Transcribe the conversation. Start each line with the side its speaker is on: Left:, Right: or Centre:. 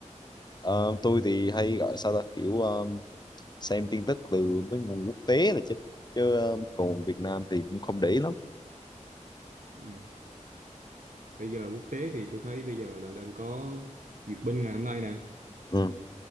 Left: Ờ, tôi thì hay gọi sao ta kiểu ờ, xem tin tức từ mấy nguồn quốc tế là chính chứ ờ, còn Việt Nam thì cũng không để ý lắm
Right: ừ. bây giờ quốc tế thì tôi thấy bây giờ là đang có duyệt binh ngày hôm nay nè
Left: ừ.